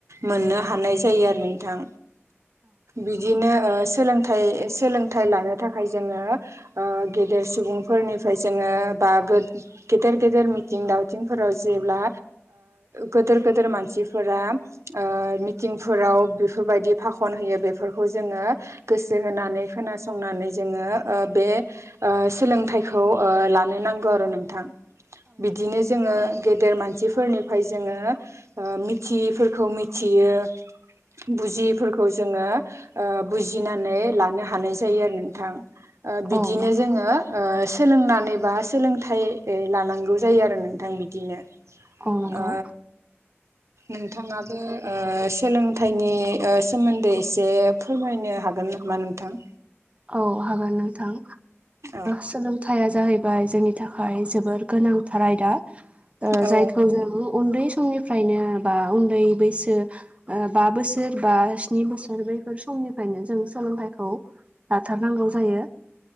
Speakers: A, on the right (about 85°); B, on the right (about 25°).
A: मोननो हानाय जायो आरो नोंथां बिदिनो सोलोंथाइ सोलोंथाइ लानो थाखाय जोङो गेदेर सुबुंफोरनिफ्राय जोङो बा गो गेदेर गेदेर मिथिं दावथिंफोराव जेब्ला गोदोर गोदोर मानसि मानसिफोरा मिटिंफोराव बेफोरबायदि फाखन होयो बेफोरखौ जोङो गोसो होनानै खोनासंनानै जोङो बे सोलोंथाइखौ लानो नांगौ आरो नोंथां बिदिनो जोङो गेदेर मानसिफोरनिफ्राय जोङो मिथियैफोरखौ मिथियो बुजियैफोरखौ जोङो बुजिनानै लानो हानाय जायो आरो नोंथां बिदिनो
B: औ नंगौ
A: जोङो सोलोंनानै बा सोलोंथाइ लानांगौ जायो आरो नोंथां बिदिनो
B: मावनांगौ
A: ओ नोंथाङाबो सोलों थायनि सोमोन्दै एसे फोरमायनो हागोन नामा नोंथां
B: औ हागोन नोंथां
A: औ
B: सोलोंथाइया जाहैबाय जोंनि थाखाय जोबोर गोनांथार आयदा
A: औ
B: जायखौ जों उन्दै समनि फ्रायनो बा उन्दै बैसो ओ बा बोसोर बा स्नि बोसोर बैफोर समनिफ्रायनो जों सोलोंथाइखौ लाथारनांगौ जायो